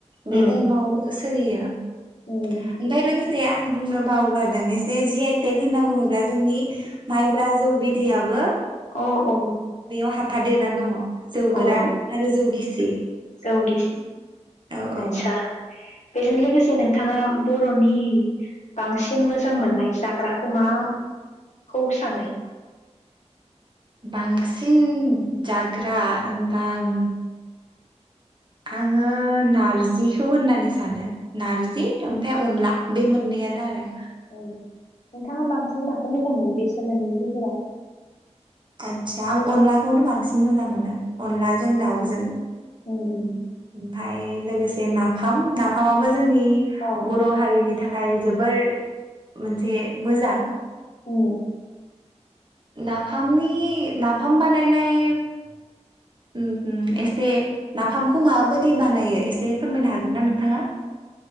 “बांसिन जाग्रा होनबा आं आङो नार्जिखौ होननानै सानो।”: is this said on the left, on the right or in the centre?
Right